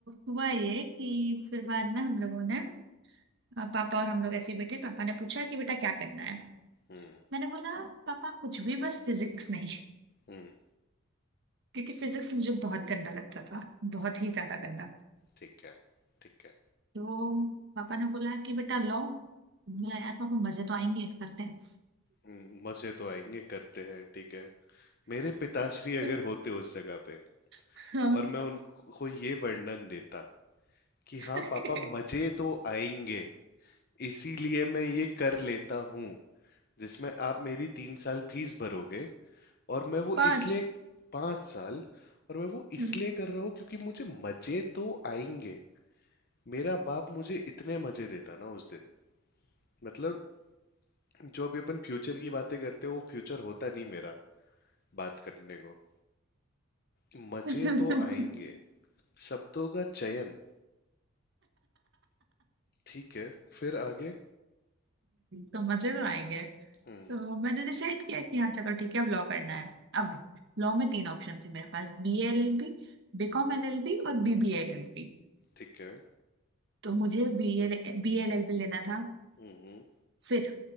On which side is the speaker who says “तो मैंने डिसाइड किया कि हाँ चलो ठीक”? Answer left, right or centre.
Right